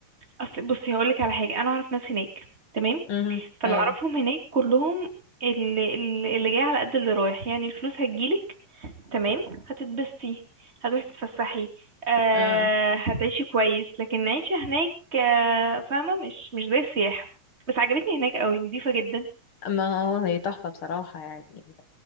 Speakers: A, on the right; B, on the left.
A: أصل بصي هقولك على حاجه انا اعرف ناس هناك تمام
B: مهم.
A: فاللي
B: ايوه
A: اعرفهم هناك كلهم اللي, اللي اللي جاي على قد اللي رايح يعني الفلوس هتجيلك تمام هتتبسطي هتروحي تتفسحي آه
B: اه
A: هتعيشي كويس لكن العيشة هناك آه فاهمة مش مش زي السياحة بس عجبتني هناك قوي نضيفة جدا
B: ما هو هي تحفه بصراحه يعني